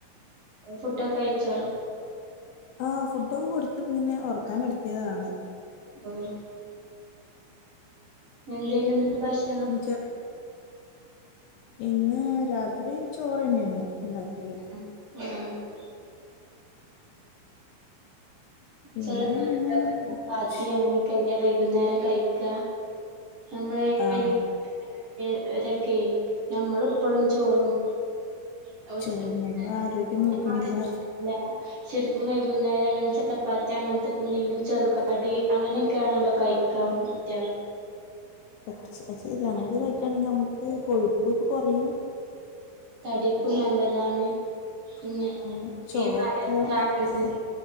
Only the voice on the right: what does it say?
ഫുഡൊക്കെ കഴിച്ചൊ?
ഏഹ് എന്തേനു ഇന്നത്തെ ഭക്ഷണം?
<unintelligible>
ചില വീട്ടിലൊക്കെ
ചപ്പാത്തി
അങ്ങനെയൊക്കെ അല്ലേ വൈകുന്നേരം കഴിക്ക നമ്മളെ
വെല്ലി <unintelligible> രൊക്കെയ് നമ്മള് ഇപ്പളും ചോറും <unintelligible>
അല്ല ശരിക്കും വൈകുന്നേരം ഇങ്ങനെ ച ചപ്പാത്തി അങ്ങനത്തെ എന്തെങ്കിലും ചെറുകടി അങ്ങനെയൊക്കെയാണല്ലൊ കഴിക്കാൻ പറ്റ
തടിക്കും നല്ലതാണ്
പിന്നെ
ഈ വയർ ചാടൽ